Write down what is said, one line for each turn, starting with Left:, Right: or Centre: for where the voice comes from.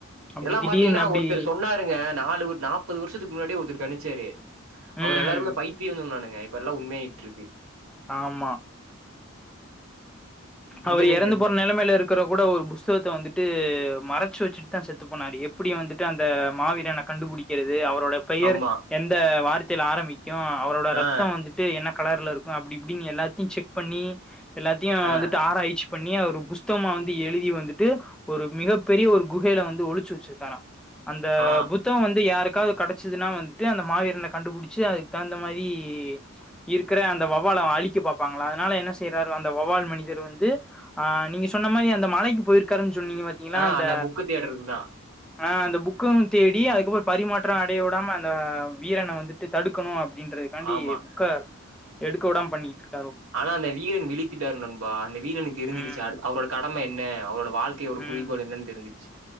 Centre: அப்டி
Right: இதெல்லாம்
Centre: திடீர்னு
Right: பாத்தீங்கன்னா
Centre: அப்டி
Right: ஒருத்தர் சொன்னாருங்க நாலுவுட் நாப்பது வருஷத்துக்கு முன்னாடி ஒருத்தர் கனிச்சாரு அவர
Centre: ம்
Right: எல்லாருமே பைத் சொன்னாங்க இப்ப எல்லா உண்மையாயிட்டுருக்கு
Centre: ஆமா
Right: என்னன்னே
Centre: அவரு இறந்து
Right: தெரியல.
Centre: போற நிலைமையில இருக்கற கூட ஒரு புஸ்தகத்தை வந்துட்டு மறை ச்சி வச்சுட்டு தான் செத்து போனாரு எப்படி வந்துட்டு அந்த மாவீரனை கண்டு புடிக்கிறது இது அவரோட பெயர்
Right: ஆமா.
Centre: எந்த வார்த்தையில் ஆரம்பிக்கும் அவரோட ரத்தம்
Right: ஆ,
Centre: வந்துட்டு என்ன கலர்ல இருக்கும் அப்படி இப்படின்னு எல்லாத்தையும் செக் பண்ணி எல்லாத்தையும்
Right: ஆ.
Centre: வந்துட்டு ஆராயிச்சி பண்ணி ஒரு புஸ்தகமா வந்து எழுதி வந்துட்டு ஒரு மிகப்பெரிய ஒரு குகையில வந்து ஒளிச்சு வச்சிருக்காரா அந்த
Right: ஆ,
Centre: புத்தகம் வந்து யாருக்கு காவது கிடைச்சதுன்னா வந்துட்டு அந்த மாவீரனை கண்டுபிடிச்சு அதுக்கு தகுந்த மாதிரி இருக்கிற அந்த வவ்வால் லா அழிக்க பாப்பாங்கள அதனால என்ன செய்றாரு வந் த வவ்வால் மனிதர் வந்து ஆ நீங்க சொன்ன மாதிரி அந்த மலைக்கு போயிருக்காருன் சொன்னீங்க பாத்தீங்களா
Right: ஆ
Centre: அந்த
Right: புக் தியேட்டருக்கு தான்.
Centre: ஆ அந்த புக்கும் தேடி அதுக்கப்புறம் பரிமாற்றம் அடைய விடாம அந்த ஆ வீரனை வந்துட்டு தடுக்கணும் அப்படின்றதுக்காண்டி
Right: ஆமா.
Centre: புக்க எடுக்க விடாம பண்ணிட்டா
Right: ஆனா அந்த வீரன் விழித்தித்தாருக நண்பா அந்த வீரனுக்கு தெரிஞ்சிருச்சு
Centre: ம்
Right: அது அவரோட கடமை என்ன அவரோட வாழ்க்கையோட
Centre: ம்
Right: குறிக்கோள் என்னன்னு தெரிஞ்சிருச்சு